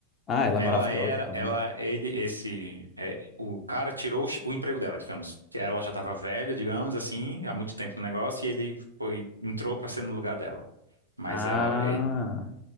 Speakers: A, on the left (about 30°); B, on the right (about 85°).
A: Ah, ela
B: Ela
A: é maravilhosa
B: era,
A: também.
B: ela, ele, esse, é, o cara tirou o, che- o emprego dela, digamos. Que Ela já estava velha, digamos assim, há muito tempo no negócio e ele foi, entrou para ser no lugar dela. Mas
A: Ah,
B: ela, ele,